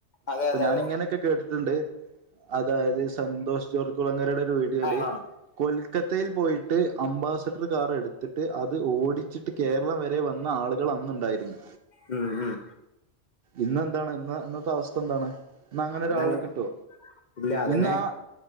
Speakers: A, on the left; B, on the right.
A: അതെ
B: അപ്പൊ
A: അതെ
B: ഞാനിങ്ങനെ
A: അതെ
B: ക്കെ കേട്ടിട്ടുണ്ട്. അതായത് സന്തോഷ് ജോർജ് കുുളങ്ങരയുടെ ഒരു വീഡിയോല്
A: ആ ആ.
B: കൊൽക്കത്തയിൽ പോയിട്ട് അംബാസഡർ കാർ എടുത്തിട്ട് അത് ഓടിച്ചിട്ട് കേരളം വരെ വന്ന ആളുകൾ അന്നുണ്ടായിന്നു.
A: ഉം
B: ഇന്നെന്താണ്? ഇന്ന്, ഇന്നത്തെ അവസ്ഥ എന്താണ്? ന്നങ്ങനെ
A: എന്നാ
B: ഒരാളെ
A: അങ്ങ്-
B: കിട്ടോ
A: ഇല്ല അതന്നെ
B: ഇന്നാ